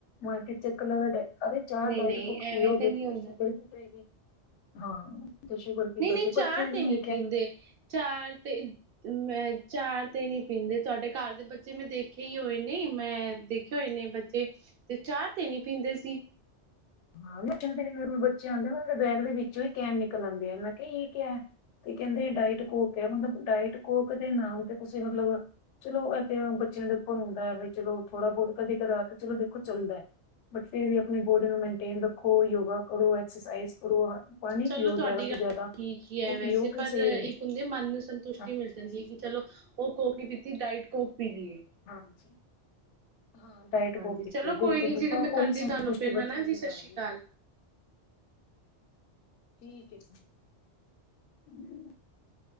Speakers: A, on the left; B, on the right.
A: ਹੁਣ ਤੇ ਸਿੱਖ ਲਵੇ। ਅਦੇ ਚਾਹ
B: ਨਹੀਂ
A: ਡਾਇਟੁੱਕ
B: ਨਹੀਂ ਐਵੇਂ
A: ਪੀਓਗੇ
B: ਨਹੀਂ
A: ਸੀ ਤੇ
B: ਹੁੰਦਾ
A: ਸ਼ੂਗਰ ਕੀ ਸੀ ਹਾਂ। ਤੇ ਸ਼ੂਗਰ ਕੀ
B: ਨਹੀਂ
A: ਕਰਦੀ
B: ਨਹੀਂ ਚਾਹ
A: ਬਟ ਫਿਰ ਵੀ
B: ਤੇ
A: ਮੇਰੇ
B: ਨਹੀਂ ਪੀਂਦੇ
A: ਕਹਿਣ ਦਾ
B: ਚਾਹ ਤੇ। ਮੈਂ ਚਾਹ ਤੇ ਨੀ ਪੀਂਦੇ ਤੁਹਾਡੇ ਘਰ ਦੇ ਬੱਚੇ ਮੈਂ ਦੇਖੇ ਹੀ ਹੋਏ ਨੇ ਮੈਂ ਦੇਖੇ ਹੋਏ ਨੇ। ਬੱਚੇ ਤੇ ਚਾਹ ਤੇ ਨੀ ਪੀਂਦੇ ਸੀ।
A: ਹਾਂ ਮੇਰੇ ਕੋਲ ਬੱਚੇ ਆਂਦੇ ਬੈਗ ਦੇ ਵਿੱਚੋਂ ਹੀ ਕੈਮ ਨਿਕਲ ਆਦੇ ਆ ਉਹ ਕਿਹਾ ਇਹ ਕਿਹਾ। ਤੇ ਕਹਿੰਦੇ ਡਾਇਟ ਕੋਕ ਹੈ ਮਤਲਬ ਡਾਇਟ ਕੋਕ ਦੇ ਨਾਮ ਤੇ ਤੁਸੀਂ ਮਤਲਬ ਚਲੋ। ਬੱਚਿਆਂ ਦੇ ਉੱਪਰ ਹੁੰਦਾ ਹੈ ਵੀ ਚਲੋ ਥੋੜਾ ਬਹੁਤ ਕਦੇ ਕਦੇ ਆ ਕੇ ਚਲੋ ਦੇਖੋ ਚੱਲਦਾ ਹੈ। ਬਟ ਫੇਰ ਵੀ ਆਪਣੀ ਬੋਡੀ ਨੂੰ ਮਿਲ। ਰੱਖੋ ਯੋਗਾ ਕਰੋ ਐਕਸਰਸਾਈਜ਼ ਕਰੋ ਪਾਣੀ
B: ਚਲੋ
A: ਪੀਓ
B: ਤੁਹਾਡੀ
A: ਜ਼ਿਆਦਾ ਤੋਂ
B: ਗੱਲ
A: ਜ਼ਿਆਦਾ
B: ਠੀਕ ਹੀ ਹੈ
A: ਉਹ
B: ਵੈਸੇ
A: ਪੀਓ ਫਿਰ,
B: ਪਰ
A: ਸਹੀ
B: ਇੱਕ
A: ਰਹਿੰਦੀ ਹੈ।
B: ਹੁੰਦੇ ਮਨ ਨੂੰ ਸੰਤੁਸ਼ਟੀ
A: ਹਾਂਜੀ
B: ਮਿਲ ਜਾਂਦੀ
A: ਹਾਂਜੀ
B: ਹੈ ਕਿ ਚਲੋ ਉਹ ਕੋਕੀ ਪੀਤੀ ਡਾਇਟ ਕੋਕ ਪੀ ਲਈਏ
A: ਹਾਂਜੀ, ਹਾਂ ਡਾਇਟ
B: ਹਾਂਜੀ ਚਲੋ
A: ਤੇ ਬਿਲਕੁਲ-ਬਿਲਕੁਲ
B: ਕੋਈ ਨੀ ਜੀ ਮੈਂ ਕਰਦੀ
A: ਉਹੀ ਸੰਤੁਸ਼ਟੀ
B: ਤੁਹਾਨੂੰ ਫਿਰ
A: ਬਾਰ
B: ਹਨਾ ਜੀ ਸਤਿ ਸ਼੍ਰੀ
A: ਵੀ
B: ਅਕਾਲ
A: ਹੈ। <unintelligible> <unintelligible>